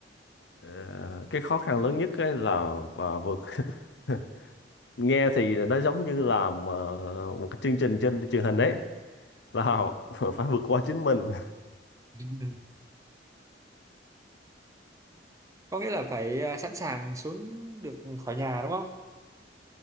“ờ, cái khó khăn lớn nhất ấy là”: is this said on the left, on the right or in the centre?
Left